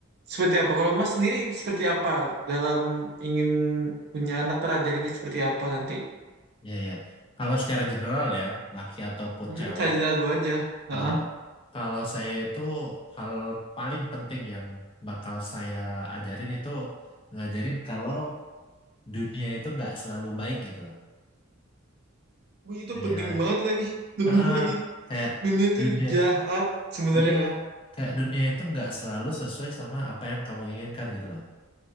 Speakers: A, on the right; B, on the left.
A: seperti apa? Kalau Mas sendiri seperti apa dalam ingin punya anak terajarinya seperti apa nanti?
B: Iya, iya. Kalau secara general ya, laki ataupun
A: Hmm,
B: cewek,
A: saya general dulu aja. Heeh.
B: eh, kalau saya itu hal paling penting yang bakal saya ajarin itu ngajarin kalau dunia itu nggak selalu baik gitu loh.
A: Wih, itu
B: Kayak,
A: penting banget lagi. Benar
B: eh, eh,
A: lagi.
B: kayak
A: Dunia itu
B: dunia,
A: jahat sebenarnya
B: iya,
A: kan.
B: kayak dunia itu nggak selalu sesuai sama apa yang kamu inginkan gitu loh.